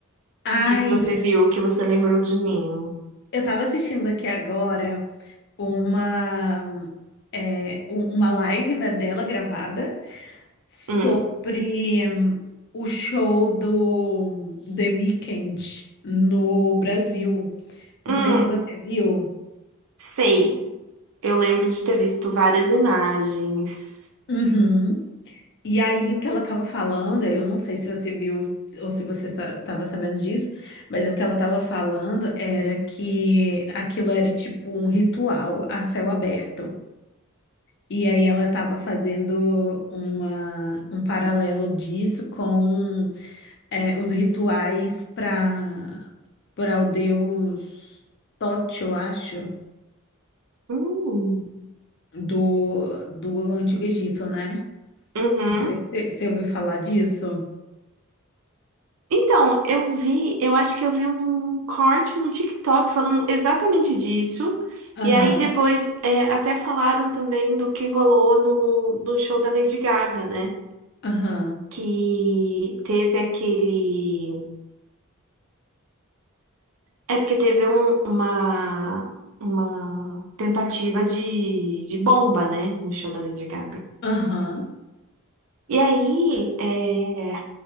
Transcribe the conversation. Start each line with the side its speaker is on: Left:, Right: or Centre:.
Left: Ai,
Right: O que que você viu? O que você lembrou de mim?
Left: eu estava assistindo aqui agora uma, é, um- uma live, né, dela gravada sobre
Right: Hum,
Left: hum, o show do The Weeknd no Brasil. Não
Right: hum,
Left: sei se você viu.
Right: sei. Eu lembro de ter visto várias imagens.
Left: Uhum. E aí, o que ela estava falando, eu não sei se você viu ou se você estava sabendo disso, mas o que ela estava falando era que aquilo era tipo um ritual a céu aberto. E aí ela estava fazendo uma, um paralelo disso com é, os rituais para para o deus Tote, eu acho,
Right: Hum,
Left: do, do Antigo Egito, né?
Right: uhum.
Left: Não sei se se você ouviu falar disso.
Right: Então, eu vi, eu acho que eu vi um corte no TikTok falando exatamente disso.
Left: Aham,
Right: E aí depois é, até falaram também do que rolou no, no show da Lady Gaga, né?
Left: aham.
Right: Que teve aquele. É porque teve um- uma, uma tentativa de, de bomba, né, no show da Lady Gaga.
Left: Aham,
Right: E aí, é,